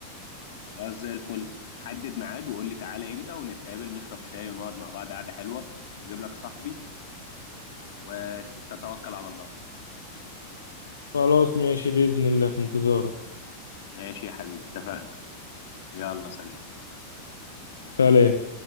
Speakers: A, on the left; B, on the left.
A: خلاص زي الفل حدد ميعاد وقول لي تعالى امتى ونتقابل نشرب شاي ونقعد مع بعض قعدة حلوة واجيب لك صاحبي وتتوكل على الله
B: خلاص ماشي بإذن الله في انتظارك
A: ماشي يا حبيبي اتفقنا يلا سلام
B: سلام